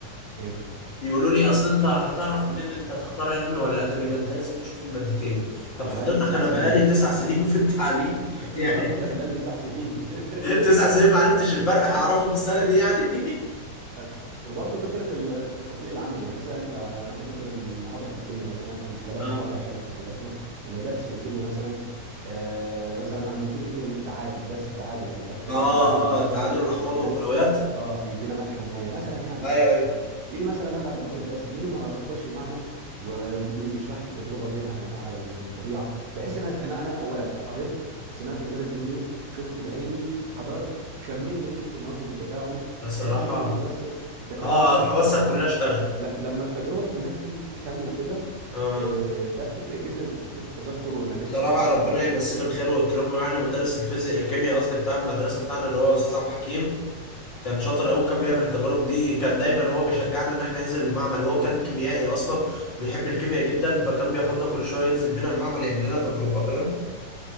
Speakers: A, on the right; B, on the left.
A: إيه.
B: يقولوا لي اصل انت هتعرف منين انت هتختار علمي ولا ادبي ما انت لازم تشوف المادتين
A: انا
B: طب حضرتك
A: بقالي تسع
B: انا
A: سنين
B: بقالي تسع سنين في التعليم
A: <laughs>
B: <laughs>
A: بالظبط
B: يعني
A: انا بقالي تسع سنين <laughs>
B: تسع سنين ما عرفتش الفرق هعرفه في السنة دي يعني
A: أه. وبرضه فكره ال- التطبيق العملي يعني مثلا لو هناخد مثلا محاضره في الكيمياء مثلا آه، مش
B: <laughs>
A: بلاش
B: اه
A: محاضره عشان احنا خلصنا لو درس في الكيمياء مثلا آه مثلا عن فكره التعادل درس التعادل لو هتاخد بالك
B: اه
A: اللي هو حمض وكيماوي
B: اه التعادل الاحماض
A: يدينا
B: والقلويات
A: اه يدينا ملح وميه مثلا يعني
B: ايوه ايوه
A: ليه مثلا انا بعد ما باخد الدرس ليه ما ادخلش المعمل و- ويشرح لي التجربه دي على الم... على الطبيعه بحيث ان انا انا أنا اولا قريت سمعت المدرس بيقول ايه شفت بعيني حضرت شميت ريحه النواتج التفاعل
B: بصراحة
A: عرفت ايه اللي بيترسب انت فاهم
B: اه
A: انت
B: اه، حواسك كلها اشتغلت
A: لا لما التجربه كلها تكون كامله كده
B: اه
A: آه، ده بتفرق جدا في فكره التذكر وانك
B: بصراحة
A: انت تسترجع
B: ربنا يمسيه بالخير ويكرمه يعني مدرس الفيزياء الكيمياء قصدي بتاع المدرسة بتاعنا اللي هو أستاذ عبد الحكيم كان شاطر قوي كان بيعمل التجارب دي كان دايما هو بيشجعنا ان احنا ننزل المعمل هو كان كيميائي اصلا بيحب الكيمياء جدا فكان بياخدنا كل شويه ينزل بينا المعمل يعمل لنا تجربه فاهم